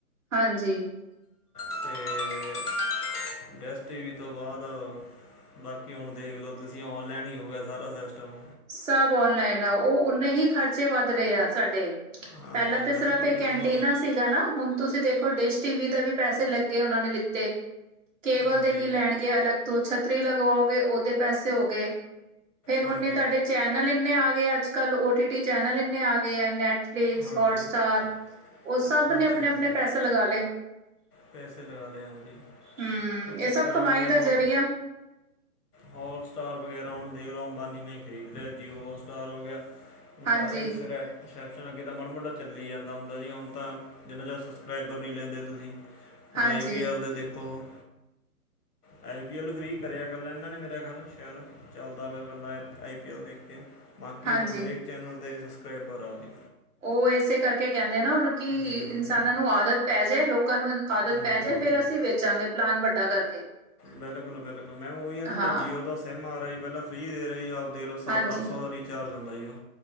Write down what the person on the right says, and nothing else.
ਹਾਂਜੀ।
ਸਬ ਔਨਲਾਈਨ ਆ ਓ ਓਨੇ ਹੀ ਖਰਚੇ ਵੱਧ ਰਏ ਆ ਸਾਡੇ
ਪੈਲਾ ਤਾ
ਸਿਰਫ਼ ਏਕ
ਐਂਟੀਨਾ ਸੀ। ਸੀਗਾ ਨਾ ਹੁਨ ਤੁਸੀ ਦੇਖੋ ਡਿਸ਼ ਟੀ ਵੀ ਦੇ ਵੀ ਪੈਸੇ ਲੱਗੇ, ਓਨਾਂ ਨੇ ਲਿੱਤੇ ਕੇਬਲ
ਦੇ ਵੀ ਲੈਣ ਗੇ ਅਲੱਗ ਤੋ, ਛੱਤਰੀ ਲਗਵਾਓਗੇ ਓਦੇ ਪੈਸੇ ਹੋਗੇ। ਫਿਰ ਉਨੇ
ਏ ਤਵਾਡੇ ਚੈਨਲ ਇੰਨੇ ਆ ਗੇ ਐ ਅੱਜ-ਕੱਲ, ਓ ਟੀ ਟੀ ਚੈਨਲ ਇਨੇ ਆ ਗੇ ਐ ਨੈ ਫਲੇਕਸ,
ਹੋਟਸਟਾਰ
ਓ ਸਬ
ਨੇ ਅਪਨੇ-ਅਪਨੇ
ਪੈਸੇ ਲਗਾ ਲੇ
ਹਮ
ਇਹ
ਸਭ ਕਮਾਈ
ਦਾ
ਜ਼ਰੀਆ
ਹਾਂਜੀ
ਹਾਂਜੀ
ਹਾਂਜੀ
ਉਹ ਇਸੇ ਕਰਕੇ ਕਹਿੰਦੇ ਨਾ ਉਹਨੂੰ ਕਿ
ਇਨਸਾਨਾਂ ਨੂੰ ਆਦਤ ਪੈ ਜਾਏ ਲੋਕਾਂ ਨੂੰ ਆਦਤ
ਪੈਜੇ ਫੇਰ ਅਸੀਂ ਵੇਚਾਂਗੇ ਪਲਾਨ ਵੱਡਾ ਕਰਕੇ
ਹਾਂ
ਹਾਂਜੀ